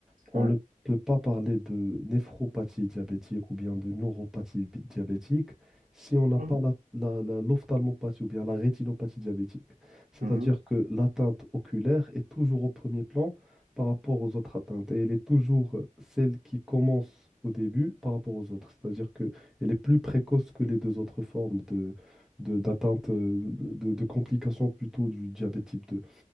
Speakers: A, in the centre; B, on the right (about 80°).
A: on
B: Ouais.
A: ne peut pas parler de néphropathie diabétique ou bien de neuropathie bi- diabétique si on n'a
B: Mhm.
A: pas la, la- la- l'ophtalmopathie ou bien la rétinopathie diabétique. C'est-à-dire
B: Mhm.
A: que l'atteinte oculaire est toujours au premier plan par rapport aux autres atteintes et elle est toujours euh, celle qui commence au début par rapport aux autres. C'est-à-dire que elle est plus précoce que les deux autres formes de, de- d'atteinte, euh, de, de complications plutôt du diabète type 2.